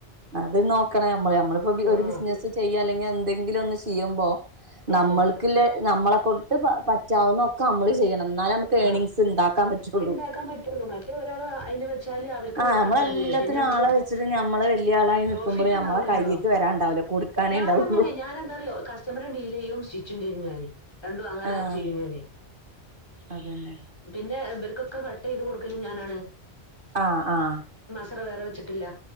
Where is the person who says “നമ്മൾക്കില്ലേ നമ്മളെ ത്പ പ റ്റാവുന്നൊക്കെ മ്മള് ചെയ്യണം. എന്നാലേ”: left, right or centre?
Right